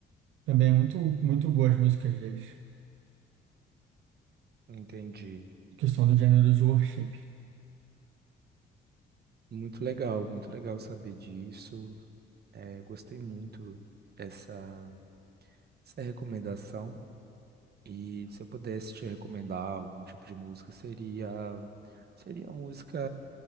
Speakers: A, on the right; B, on the right.
A: Também é muito, muito boas as músicas deles.
B: Entendi.
A: questão do gênero do worship.
B: Muito legal, muito legal saber disso. É, gostei muito dessa, dessa recomendação. E se eu pudesse te recomendar algum tipo de música, seria seria a música